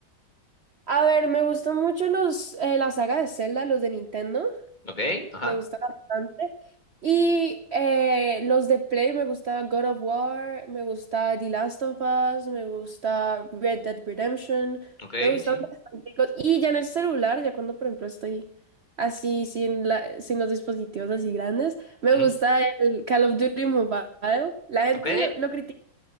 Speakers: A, on the right; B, on the left.
A: A ver, me gustan mucho los, eh, la saga de Zelda, los de Nintendo.
B: Ok, ajá,
A: me gusta bastante. Y eh, los de Play, me gusta God of War, me gusta The Last of Us, me gusta Red Dead Redemption,
B: ok,
A: me gustan
B: sí.
A: bastante. Y ya en el celular, ya cuando por ejemplo estoy así sin, la, sin los dispositivos así grandes, me
B: ujú,
A: gusta el Call of Duty Mobile. La gente
B: Ok,
A: lo, lo critica,